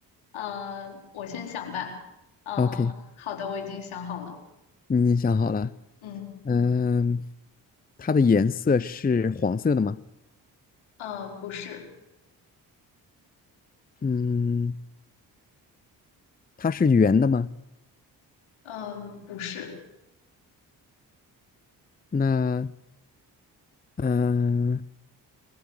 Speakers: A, on the left; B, on the left.
A: 嗯，我先想吧。嗯，
B: ？OK，
A: 好的，我已经想好了。
B: 你想好了。
A: 嗯，
B: 嗯，它的颜色是黄色的吗？
A: 呃，不是，
B: 嗯，它是圆的吗？
A: 嗯，不是，
B: 那嗯，